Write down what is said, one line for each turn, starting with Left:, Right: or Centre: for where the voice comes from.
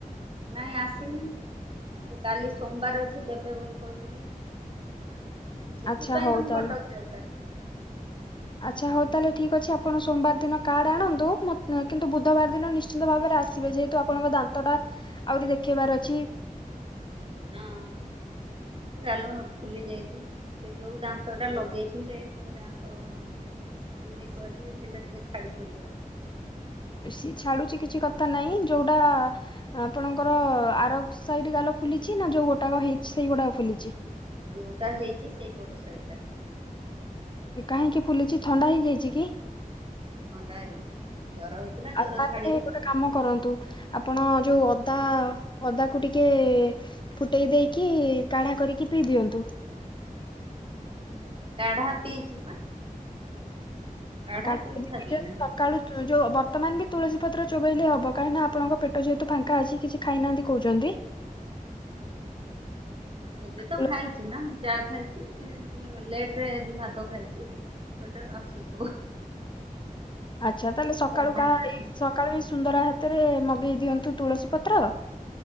Right: ନାଇଁ ଆସିନି, ସେ କାଲି ସୋମବାର ଅଛି ଦେବେ ବୋଲି କହୁଥିଲି। ସେଥିପାଇଁ
Left: ଆଚ୍ଛା ହଉ
Right: ତ ମୁଁ
Left: ତାହେଲେ
Right: କଟକ ଯାଇପାରି
Left: ଆଚ୍ଛା ହଉ, ତାହେଲେ ଠିକ ଅଛି ଆପଣ ସୋମବାର ଦିନ କାର୍ଡ ଆଣନ୍ତୁ। କିନ୍ତୁ ବୁଧବାର ଦିନ ନିଶ୍ଚିନ୍ତ ଭାବରେ ଆସିବେ ଯେହେତୁ ଆପଣଙ୍କ ଦାନ୍ତଟା ଆହୁରି ଦେଖେଇବାର ଅଛି।
Right: ହଁ। ଗାଲ ଫୁଲି ଯାଇଛି। ସେ ଯୋଉ ଦାନ୍ତଟା ଲଗେଇଥିଲେ ସେ ଦାନ୍ତ ଫିଲିଙ୍ଗ କରିଥିଲେ ସେଇଟା ଟିକେ ଛାଡି ଛାଡି ଯାଉଛି।
Left: ସେ ଛାଡୁଛି କିଛି କଥା ନାହିଁ। ଯୋଉଟା ଆପଣଙ୍କର ଆର ସାଇଡ ଗାଲ ଫୁଲିଛି ନା ଯୋଉ ଗୋଟାକ ହେଇଛି ସେଇଗୋଟାକ ଫୁଲିଛି?
Right: ଯୋଉଟା ହେଇଛି ସେଇପଟ ସାଇଡ୍ ଟା।
Left: ଏ କାହିଁକି ଫୁଲିଛି ଥଣ୍ଡା ହେଇଯାଇଛି କି?
Right: ଥଣ୍ଡା ହେଇଛି। ଜର ହେଇଥିଲା
Left: ଆଉ
Right: ଜର
Left: ତାହେଲେ
Right: ଛାଡିଗଲା
Left: ଗୋଟେ କାମ କରନ୍ତୁ। ଆପଣ ଯୋଉ ଅଦା, ଅଦାକୁ ଟିକେ ଫୁଟେଇ ଦେଇକି କାଢା କରିକି ପିଇଦିଅନ୍ତୁ।
Right: କାଢ଼ା ପିଇଛି ପା। କାଢା
Left: ଢ଼ା ଯଦି
Right: ପିଇ ସାରିଲିଣି।
Left: ପିଇଛନ୍ତି ସକାଳୁ ଯୋଉ ବର୍ତ୍ତମାନ ବି ତୁଳସୀ ପତ୍ର ଚୋବେଇଲେ ହବ, କାହିଁକି ନା ଆପଣଙ୍କ ପେଟ ଯେହେତୁ ଫାଙ୍କା ଅଛି, କିଛି ଖାଇନାହାନ୍ତି କହୁଛନ୍ତି।
Right: ଏବେ ତ
Left: ତୁଳସୀ-
Right: ଖାଇଛି ନା, ମୁଁ ଚା ଖାଇଛି। ଲେଟରେ ଆଜି ଭାତ ଖାଇଛି। ପେଟରେ ଅଛି ସବୁ।
Left: ଆଚ୍ଛା ତାହେଲେ ସକାଳୁ
Right: ଦାନା
Left: କାହା
Right: ହୁଁ
Left: ସକାଳୁ ଏଇ ସୁନ୍ଦର ସେଇଥିରେ ମଗେଇ ଦିଅନ୍ତୁ ତୁଳସୀ ପତ୍ର,